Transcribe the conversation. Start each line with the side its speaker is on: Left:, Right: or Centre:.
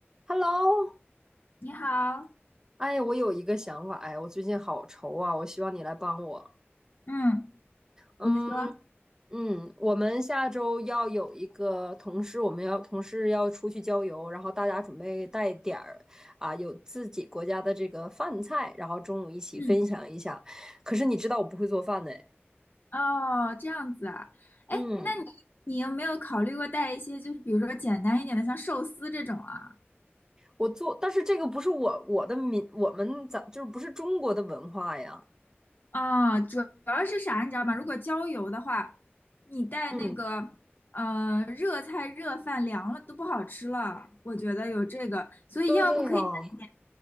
Right: Hello，
Left: 你好，
Right: 哎，我有一个想法，哎，我最近好愁啊，我希望你来帮我。
Left: 嗯
Right: 嗯
Left: 你说，
Right: 嗯，我们下周要有一个同事，我们要同事要出去郊游，然后大家准备带点儿啊，有自己国家的这个饭菜，然后中午一起分享一下。
Left: 嗯，
Right: 可是你知道我不会做饭呢，
Left: 哦，这样子啊，哎，
Right: 嗯，
Left: 那你你有没有考虑过带一些，就是比如说简单一点的，像寿司这种啊？
Right: 我做，但是这个不是我我的民，我们咱就是不是中国的文化呀，
Left: 啊，主主要是啥，你知道吗？如果郊游的话，你带那个呃热菜热饭凉了都不好吃了，
Right: 嗯，
Left: 我觉得有这个，所以要不可以带点
Right: 对哦，